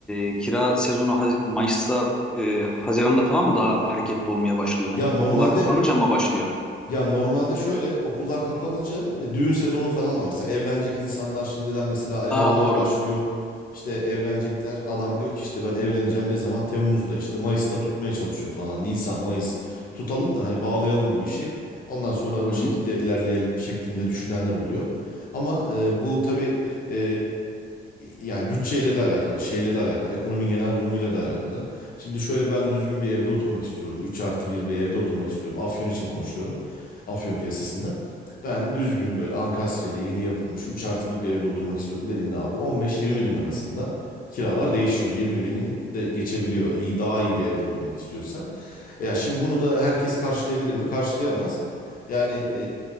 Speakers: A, in the centre; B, on the left.
A: e, kira sezonu Haz- Mayıs'ta e, Haziran'da falan mı daha hareketli olmaya başlıyor hani
B: Ya normalde
A: okullar kapanınca mı başlıyor?
B: ya normalde şöyle okullar kapanınca e, düğün sezonu falan da mesela evlenecek insanlar şimdiden mesela ev
A: Aa
B: aramaya
A: doğru.
B: başlıyor. İşte evlenecekler adam diyor ki işte ben evleneceğim ne zaman Temmuz'da işte Mayıs'ta tutmaya çalışıyor falan Nisan Mayıs tutalım da hani bağlayalım bu işi. Ondan sonra o
A: Hı
B: şekilde
A: hı.
B: ilerleyelim şeklinde düşünenler oluyor. Ama e, bu tabii e, yani bütçeyle de alakalı, şeyle de alakalı, ekonominin genel durumuyla da alakalı. Şimdi şöyle ben düzgün bir evde oturmak istiyorum. üç artı bir bir evde oturmak istiyorum. Afyon için konuşuyorum. Afyon piyasasında. Ben düzgün böyle ankastreli yeni yapılmış 3 artı bir bir evde oturmak istiyorum dediğinde abi 15-20 bin arasında kiralar değişiyor. 20 binin de geçebiliyor. İyi daha iyi bir evde oturmak istiyorsa. E Ya şimdi bunu da herkes karşılayabilir mi? Karşılayamaz. Yani e,